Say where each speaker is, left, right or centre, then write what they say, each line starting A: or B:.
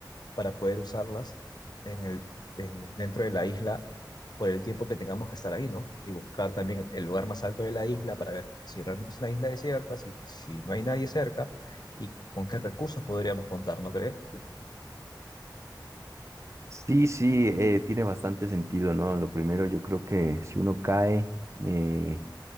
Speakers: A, on the left; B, on the right.
A: para poder usarlas en el, en- dentro de la isla por el tiempo que tengamos que estar ahí, ¿no? Y buscar también el lugar más alto de la isla para ver si realmente es una isla desierta, si, si no hay nadie cerca y con qué recursos podríamos contar, ¿no creen?
B: Sí, sí, eh, tiene bastante sentido, ¿no? Lo primero, yo creo que si uno cae, eh,